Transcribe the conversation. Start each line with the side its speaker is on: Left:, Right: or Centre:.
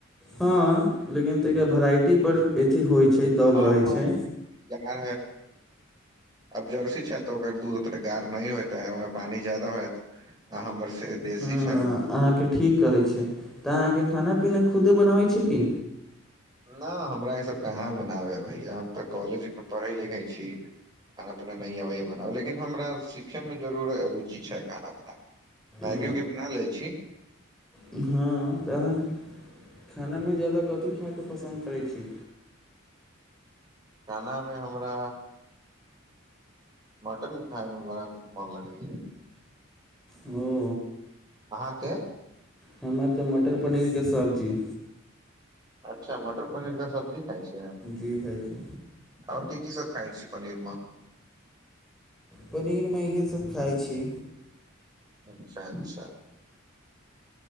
Centre: हँ लेकिन ता वेराइटी पर एथी होइ छै दब
Right: <inaudible> अब
Centre: रहै छै
Right: जर्सी छै तऽ ओकर दूध ओते गार नहि होतै ओहिमे पानि ज्यादा होत आ हमर से देशी
Centre: हँ
Right: छै
Centre: हँ अहाँके ठीक कहै छै तऽ अहाँके खाना पीना खुदे बनाबै छै की
Right: नहि हमरा ईसभ कहाँ बनाबे अबैया हम तऽ कॉलेजमे पढ़ै लिखै छी खाना पीना नहि अबैए बनाब लेकिन हमरा सिखैमे जरूर रुचि छै खाना बनाब मैगी
Centre: ओ
Right: उगी बना लै छी
Centre: हँ तऽ अहाँके खानामे ज्यादा कथी खायके पसन्द करै छी
Right: खानामे हमरा मटन खाइमे बड़ा मोन लगैएा
Centre: ओ
Right: अहाँके
Centre: हमारा तऽ मटर पनीरके सब्जी
Right: अच्छा मटर पनीर का सब्जी खाइ छैह
Centre: जी भायजी
Right: ओर की की सब खाइ छी पनीर मे
Centre: पनीरमे इहे सब खाइ छी
Right: अच्छा अच्छा